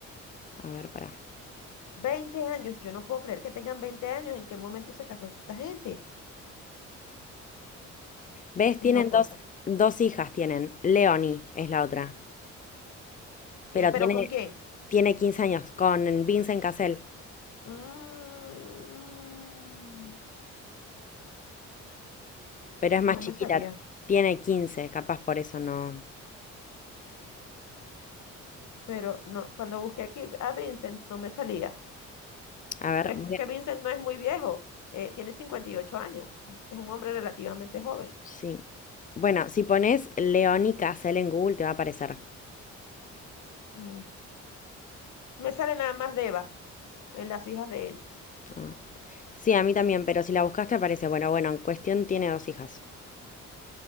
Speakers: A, on the left; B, on the left.
A: A ver, pará.
B: 20 años, yo no puedo creer que tengan 20 años. ¿En qué momento se casó esta gente?
A: ¿Ves? Tienen
B: No
A: dos,
B: puede ser.
A: dos hijas, tienen. Leonie es la otra. Pero
B: Eh, ¿Pero
A: tiene,
B: con quién?
A: tiene 15 años con Vincent Cassel,
B: Mm,
A: pero
B: no
A: es más chiquita.
B: me salía.
A: Tiene quince capaz por eso no.
B: Pero no, cuando busqué aquí a Vincent no me salía.
A: A ver,
B: Pero
A: voy
B: es que
A: a,
B: Vincent no es muy viejo, eh, tiene 58 años. Es un hombre relativamente joven.
A: Sí. Bueno, si pones Leoni Casel en Google te va a aparecer.
B: Mm. Me sale nada más Deva en las hijas de él.
A: Ah. Sí, a mí también, pero si la buscas te aparece. Bueno, bueno, en cuestión tiene dos hijas.